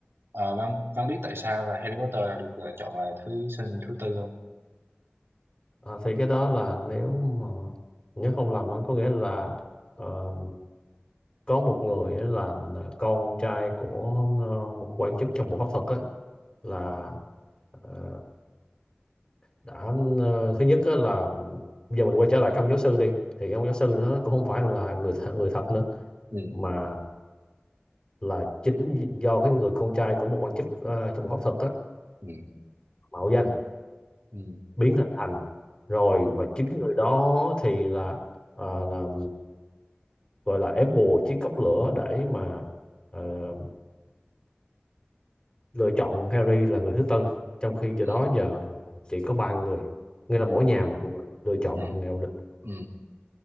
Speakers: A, on the right; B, on the left.
A: ờ, Văn Văn biết tại sao là Harry Potter là được lựa chọn là thí sinh thứ tư không
B: À, thì cái đó là nếu mà nhớ không lầm á, có nghĩa là ờ, có một người á là con trai của ờ, một quan chức trong bộ pháp thuật á là ờ, đã ờ, thứ nhất á là giờ mình quay trở lại cái ông giáo sư đi thì cái ông giáo sư đó cũng không phải là người th người thật nữa
A: ừ
B: mà là chính do cái người con trai của một quan chức ờ, trong bộ pháp thuật á
A: ừ
B: mạo danh
A: ừ
B: biến hình thành rồi
A: ừ
B: và chính cái người đó thì là ờ, là gọi là ém bùa chiếc cốc lửa để mà ờ, lựa chọn Harry là người thứ tư trong khi cho
A: ừ
B: đó giờ chỉ có ba người nghĩa là
A: ừ
B: mỗi nhà một người lựa chọn
A: ừ
B: một người lịch
A: ừ.